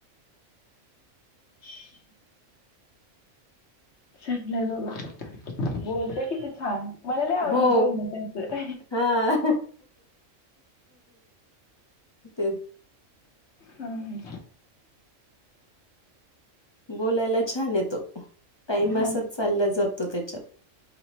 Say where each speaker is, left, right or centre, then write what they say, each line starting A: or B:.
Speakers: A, on the left (about 60°); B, on the left (about 30°).
A: <unintelligible> चागलंय बाबा बोलतय किती छान. मला नाही आवडलं
B: हो
A: बोलणं त्यांचं.
B: हा ते
A: हं हं.
B: बोलायला छान आहे तो टाईम आसंच
A: हां.
B: चालला जातो त्याच्यात.